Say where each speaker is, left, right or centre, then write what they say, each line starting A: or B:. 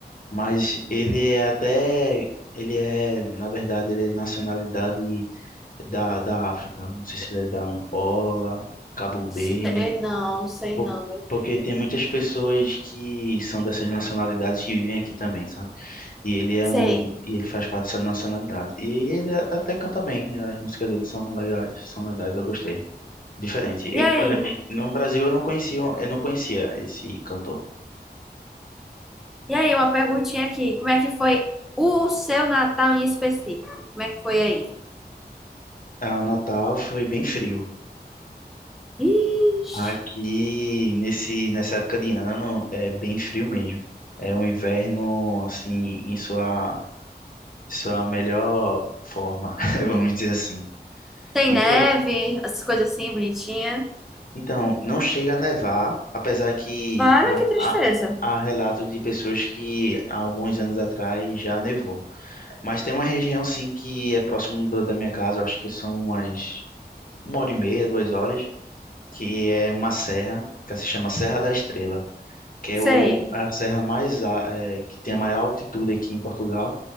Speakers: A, on the left; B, in the centre.
A: mas ele é até, ele é, na verdade, ele é nacionalidade da, da África. Não sei se ele é da Angola, Cabo Verde,
B: Sei não, sei
A: po-
B: não, meu
A: porque
B: filho.
A: tem muitas pessoas que são dessas nacionalidades que vivem aqui também, sabe? E ele é
B: Sei.
A: um, e ele faz parte dessa nacionalidade. E ele a- até canta bem, as músicas dele são legais, são legais, eu gostei. Diferente. Eu,
B: E aí?
A: por exemplo, no Brasil eu não conhecia, eu não conhecia esse cantor.
B: E aí, uma perguntinha aqui. Como é que foi o seu Natal em específico? Como é que foi aí?
A: Ah, o Natal foi bem frio.
B: Ixi.
A: Aqui nesse nessa época de ano é bem frio mesmo. É um inverno assim em sua sua melhor forma, <laughs> vamos dizer assim.
B: Tem
A: E
B: neve,
A: foi
B: as coisas assim, bonitinha.
A: Então, não chega a nevar, apesar que
B: Vale,
A: há,
B: que tristeza.
A: há, há relatos de pessoas que há alguns anos atrás já nevou. Mas tem uma região, sim, que é próximo do- da minha casa, eu acho que são umas uma hora e meia, duas horas, que é uma serra, que se chama Serra da Estrela, que é
B: Sei.
A: o, a serra mais, a- é, que tem a maior altitude aqui em Portugal,